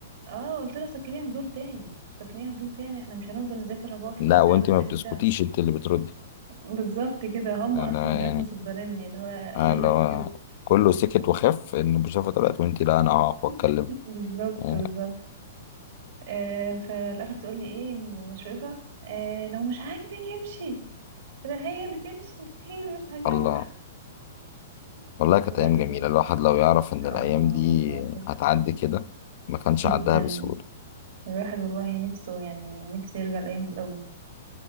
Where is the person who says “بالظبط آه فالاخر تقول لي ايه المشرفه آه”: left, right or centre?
Right